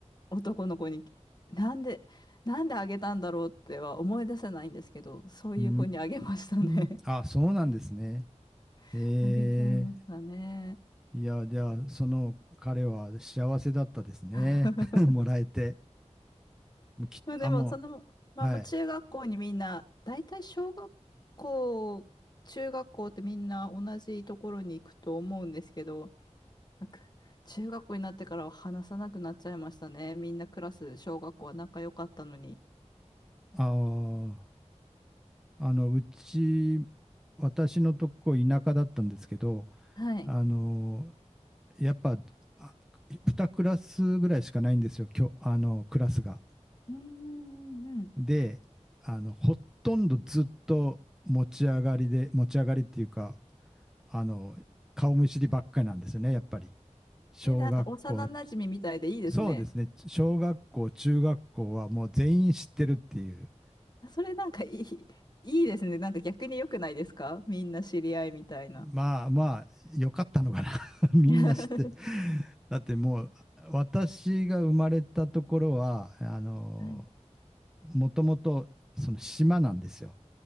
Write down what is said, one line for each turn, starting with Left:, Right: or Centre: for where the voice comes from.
Left: 男の子になんで、なんであげたんだろうっては思い出せないんですけど、そういう子にあげましたね。
Centre: うーん。あ、そうなんですね。
Left: <laughs>
Centre: え
Left: あげちゃいましたね。
Centre: え、いや、じゃあ、その彼は幸せだったですね。
Left: <laughs>
Centre: <laughs> もらえて。もうき、
Left: まあでも、
Centre: あ、も
Left: そのまま中学校にみんな、
Centre: う、はい。
Left: 大体小学校、中学校ってみんな同じところに行くと思うんですけど、なんか中学校になってからは話さなくなっちゃいましたね。みんなクラス、小学校は仲良かったのに。
Centre: ああ、あの、うち、私のとこ田舎だったんですけど、
Left: はい。
Centre: あの、やっぱ、あ、2クラスぐらいしかないんですよ、きょ、あの、クラスが。
Left: うーんうんうん。
Centre: で、あの、ほとんどずっと持ち上がりで、持ち上がりっていうか、あの、顔見知りばっかりなんですよね、やっぱり。小学校、
Left: え、なんか幼馴染みみたいでいいですね。
Centre: そうですね、小学校、中学校はもう全員知ってるっていう。
Left: それなんかいい、いいですね。なんか逆に良くないですかみんな知り合いみたいな。
Centre: まあまあ、よかったのかな <laughs>。みんな知って。
Left: <laughs>
Centre: だってもう、私が生まれたところは、あの、
Left: はい。
Centre: もともとその島なんですよ。